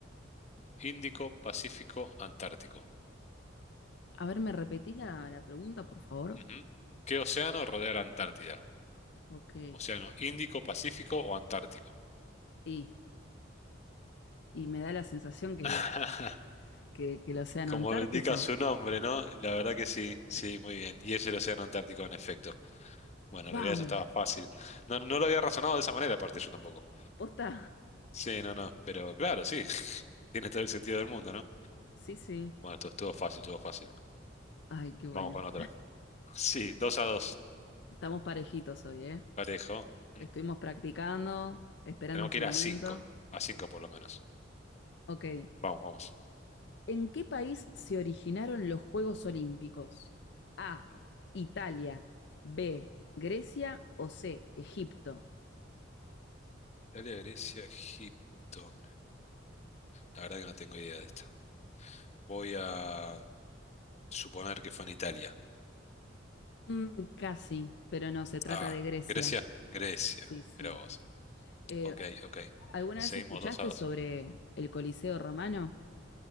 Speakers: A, on the left; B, on the left.
A: Índico, Pacífico, Antártico.
B: A ver, ¿me repetís la, la pregunta, por favor?
A: Ujú. ¿Qué océano rodea la Antártida?
B: Ok.
A: ¿Océano Índico, Pacífico o Antártico?
B: Y, y me da la sensación que
A: <laughs>
B: el, que, que el océano
A: Como
B: Antártico.
A: lo indica su nombre, ¿no? La verdad que sí, sí, muy bien. Y es el Océano Antártico, en efecto. Bueno, en realidad
B: Vamos,
A: eso estaba fácil. No, no lo había razonado de esa manera, aparte yo tampoco.
B: posta.
A: Sí, no, no. Pero claro, sí. <laughs> Tiene todo el sentido del mundo, ¿no?
B: Sí, sí.
A: Bueno, esto estuvo fácil, estuvo fácil.
B: Ay, qué bueno.
A: Vamos con otra. Sí, dos a dos.
B: Estamos parejitos hoy, ¿eh?
A: Parejo. Mm.
B: Estuvimos practicando, esperando
A: Tenemos
B: este
A: que ir
B: momento.
A: a cinco. A cinco por lo menos.
B: Ok.
A: Vamos, vamos.
B: ¿En qué país se originaron los Juegos Olímpicos? A,
A: Mm.
B: Italia. B, Grecia o C, Egipto.
A: Italia, Grecia, Egipto. La verdad que no tengo idea de esto. Voy a suponer que fue en Italia.
B: Mm, casi, pero no, se trata
A: Ah,
B: de Grecia.
A: Grecia, Grecia.
B: Sí, sí.
A: Mira vos.
B: Eh,
A: Ok, ok.
B: ¿alguna
A: Seguimos
B: vez escuchaste
A: 2 a 2.
B: sobre el Coliseo Romano?